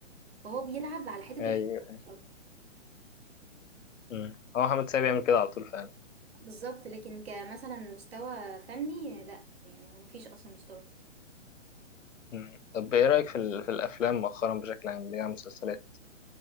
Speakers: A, on the right; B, on the left.
A: فهو بيلعب على حتة
B: أيوه
A: الفضول مش أكتر
B: امم هو محمد سامي بيعمل كده على طول فعلا
A: بالظبط لكن كمثلا مستوى فني لا يعني هو مفيش أصلا مستوى
B: مم. طب ايه رأيك في, ال... في الافلام مؤخرا بشكل عام اللي هي مسلسلات